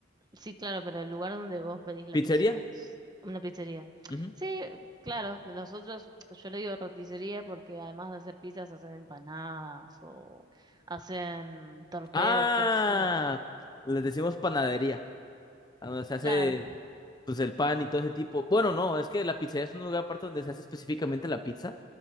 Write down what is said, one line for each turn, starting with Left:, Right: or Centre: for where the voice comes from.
Right: Sí, claro, pero el lugar donde vos pedís la
Left: ¿Pizzería?
Right: pizza es una pizzería.
Left: Ujú.
Right: Sí, claro, nosotros, yo le digo roticería porque además de hacer pizzas hacen empanadas o hacen torpedos,
Left: Ah,
Right: que es...
Left: les decimos panadería. a Donde se hace
Right: Claro,
Left: pues el pan y todo ese tipo. Bueno, no, es que la pizzería es un lugar aparte donde se hace específicamente la pizza.